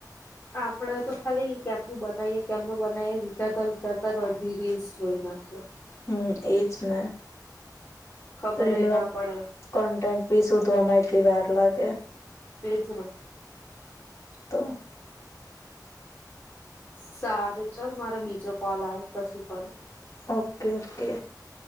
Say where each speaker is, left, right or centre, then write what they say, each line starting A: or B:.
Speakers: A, on the left; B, on the left.
A: આપડે તો ખાલી કેમનું બનાવીએ કેમનું બનાવીએ વિચારતા વિચારતા અડધી રિસ જોઈ નાખે.
B: હમ્મ એજ ને.
A: ખબર
B: રીલ
A: જ
B: ન
A: ના પડે
B: કોન્ટેન્ટ બી શોધવા વાર લાગે.
A: <unintelligible>
B: તો.
A: સારું ચાલ મારે બીજો કોલ આવે પછી કરું.
B: Okay okay